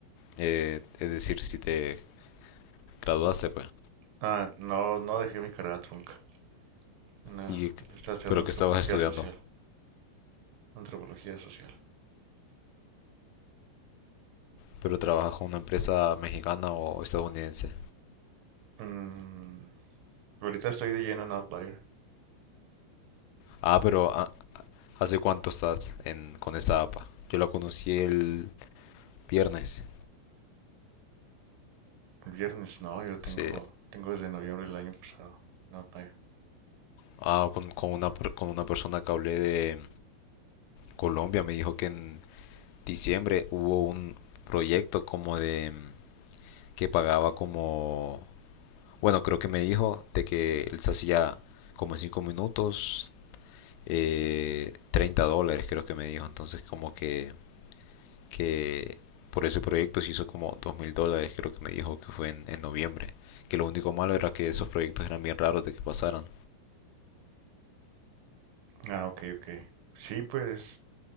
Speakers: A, on the left; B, on the right.
A: Eh, es decir, si te graduaste, pues.
B: Ah, no, no dejé mi carrera trunca. En la-
A: Y,
B: estaba estudiando
A: pero
B: antropología
A: que estabas estudiando,
B: social. Antropología social.
A: pero trabajas con una empresa mexicana o estadounidense.
B: Mm, ahorita estoy de lleno en Outlier.
A: Ah, pero ah, ¿hace cuánto estás en, con esta APA? Yo la conocí el viernes.
B: El viernes no, yo tengo,
A: Sí.
B: tengo desde noviembre del año pasado. en Outlier.
A: Ah, con, con una, per- con una persona que hablé de Colombia, me dijo que en diciembre hubo un proyecto como de mm, que pagaba como, bueno, creo que me dijo de que él se hacía como en 5 minutos, eh, 30 dólares creo que me dijo, entonces como que que por ese proyecto se hizo como dos mil dólares, creo que me dijo que fue en, en noviembre. Que lo único malo era que esos proyectos eran bien raros de que pasaran.
B: Ah, ok, ok. Sí, pues.